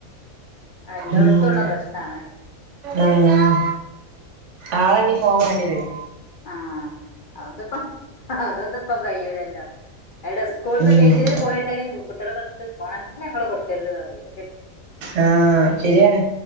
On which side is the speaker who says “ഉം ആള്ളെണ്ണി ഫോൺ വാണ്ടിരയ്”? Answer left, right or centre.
Right